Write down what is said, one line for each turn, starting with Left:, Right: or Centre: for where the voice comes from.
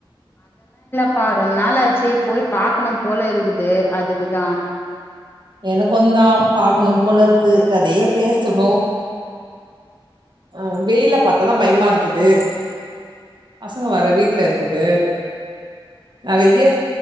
Left: அப்பா ரொம்ப நாள் ஆச்சு போய் பாக்கணும் போல இருக்குது அதுக்குதா
Right: எனக்குந்தா பாக்கணும் போலருக்கு நெறய பேசணு ஆ வெயில பாத்தாதா பயமா இருக்குது பசங்க வேற வீட்ல இருக்குது நெறய